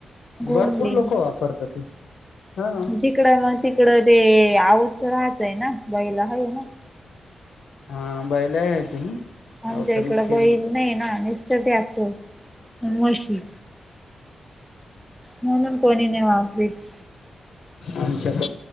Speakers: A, in the centre; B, on the left.
A: घोंगडी
B: भरपूर लोक
A: न
B: वापरतात.
A: ते
B: हा
A: तिकड मग तिकड ते आऊत राहतय ना गाईला हाय ना?
B: हा बैला आहे <unintelligible>
A: आमच्या इकड
B: केलं
A: बैल नाही ना निसतच ट्रॅक्टर, आणि म्हशी. म्हणून कोणी नाही वापरीत.
B: आमच्याकड